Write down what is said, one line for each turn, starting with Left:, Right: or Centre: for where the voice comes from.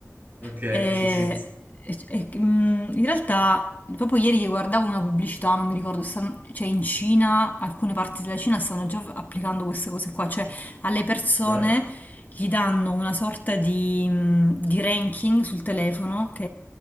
Right: Ok,
Left: <laughs> Eh,
Right: sì, sì.
Left: e- e- mm, in realtà, proprio ieri guardavo una pubblicità, non mi ricordo, stan- cioè in Cina, alcune parti della Cina stanno già applicando queste cose qua, cioè alle persone
Right: Cioè?
Left: gli danno una sorta di, mm, di ranking sul telefono, ok?